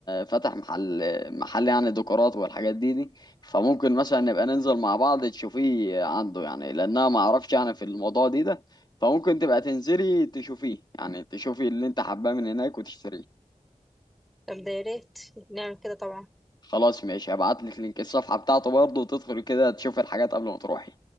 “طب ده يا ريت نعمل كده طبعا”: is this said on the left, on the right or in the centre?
Centre